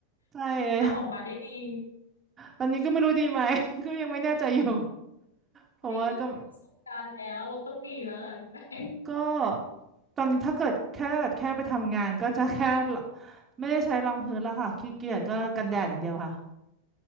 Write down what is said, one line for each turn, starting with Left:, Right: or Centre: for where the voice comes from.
Right: ใช่เลย
Left: ทำออกมาได้ดี
Right: <laughs> ตอนนี้ก็ไม่รู้ดีไหม <laughs> ก็ยังไม่แน่ใจอยู่เพราะว่าก็
Left: ไม่เรามีประสบการณ์แล้วเราต้องดีแล้วค่ะพี่แป้ง
Right: ก็ตอนนี้ถ้าเกิดแค่ถ้าเกิดแค่ไปทำงานก็จะแค่ไม่ได้ใช้รองพื้นแล้วค่ะขี้เกียจก็กันแดดอย่างเดียวค่ะ